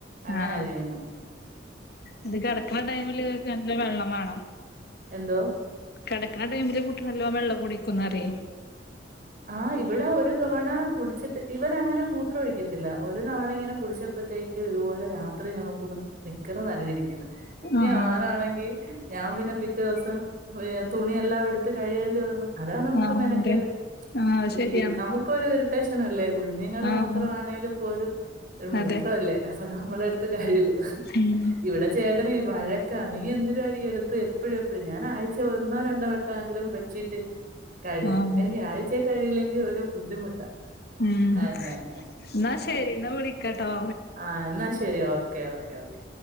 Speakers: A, on the right; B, on the left.
A: അങ്ങനെ
B: ആഹ്
A: ചെയ്യുന്നേ
B: ഇത് കിടക്കുന്ന ടൈമില് നല്ല വെള്ളം വേണം
A: എന്തോ
B: കിടക്കുന്ന ടൈമില് കൂട്ടി നല്ലോ വെള്ളം കുടിക്കുംന്നറിയ
A: ആഹ് ഇവിടെ ഒരു തവണ കുടിച്ചിട്ട് ഇവൻ അങ്ങനെ മൂത്രം ഒഴിക്കുന്നു ത്തില്ല ഒരു തവണ ഇങ്ങനെ കുടിച്ചപ്പോഴത്തേക്കും ഇതുപോലെ രാത്രി ഞാൻ നോക്കുമ്പോ നിക്കറ് നനഞ്ഞരിക്കന്ന് ഇ
B: ആഹ്
A: ആഞാനാണെങ്കിൽ ഞാൻ പിന്നെ പിറ്റേ ദിവസം തുണിയെല്ലാം എടുത്ത് കഴിയേണ്ടി വന്നു അതാണ് നമുക്ക്
B: ആഹ്
A: മെനക്കേട്
B: അതെ ആഹ് അത്
A: ഈ
B: ശരിയാണ്
A: നമുക്കൊരു ഇറിട്ടേഷന അല്ലേ കുഞ്ഞുങ്ങളുടെ
B: ആഹ്
A: മൂത്രമാണെങ്കിൽ പോലും ഒരു മൂത്രല്ലേ
B: അതെ
A: അപ്പൊ നമ്മള അടുത്ത് കഴു
B: ഉം
A: ഇവിടെ ചേട്ടനീ വഴക്കാ നീ എന്തിനാടി എടുത്ത് എപ്പോഴുംഎപ്പോഴും ഞാനൻ <unintelligible> ഒന്നോ രണ്ടോ വട്ടമെങ്കിലും ബെഡ്ഷീറ്റ് കഴും
B: ആഹ്
A: എനി ആഴ് ഉച്ചേ കഴിയില്ലെങ്കിൽ ഒരു ബുദ്ധിമുട്ടാ
B: ഉം
A: അങ്ങനെ
B: ന്നാ ശരി ന്നാ വിളിക്കട്ടോ
A: ആഹാ ന്നാ ശരി ഓക്കെ ഓക്കേ ഓക്കേ